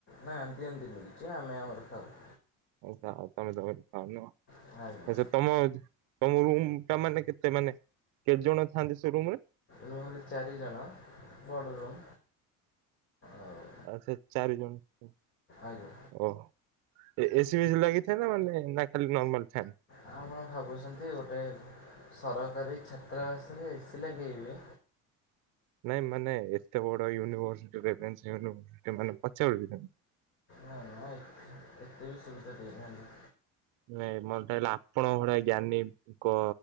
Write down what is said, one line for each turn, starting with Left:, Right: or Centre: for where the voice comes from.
Left: ନା ଦିଅନ୍ତିନି କିଛି ଆମେ ଆମର ଖାଉ।
Right: <unintelligible>
Left: <unintelligible>
Right: ଆଚ୍ଛା ତମ ତମ ରୁମ୍ ଟା ମାନେ କେତେ ମାନେ କେତେ ଜଣ ଥାନ୍ତି ସେ ରୁମ୍ ରେ?
Left: ରୁମ୍ ରେ ଚାରି ଜଣ। ବଡ଼ ରୁମ୍। ଆଉ
Right: ଆଚ୍ଛା ଚାରି ଜଣ।
Left: ଆଜ୍ଞା।
Right: ଓହୋ। ଏ ଏସି ଫେସି ଲାଗିଥାଏ ନା ମାନେ ନା ଖାଲି ନର୍ମାଲ ଫ୍ୟାନ୍?
Left: ଆପଣ ଭାବୁଛନ୍ତି ଗୋଟେ ସରକାରୀ ଛାତ୍ରାବାସରେ ଏସି ଲଗେଇବେ।
Right: ନାଇଁ ମାନେ ଏତେ ବଡ ୟୁନିଭର୍ସସିଟି ରେଭେନ୍ସା ୟୁନିଭର୍ସସିଟି ମାନେ ପଚାରୁଚି। <unintelligible>
Left: ନା ନାଇଁ, ଏତେ ବି ସୁବିଧା ଦେଇନାହାନ୍ତି।
Right: ନାଇଁ ମତେ ଲାଗିଲା ଆପଣଙ୍କ ଭଳିଆ ଜ୍ଞାନୀଙ୍କ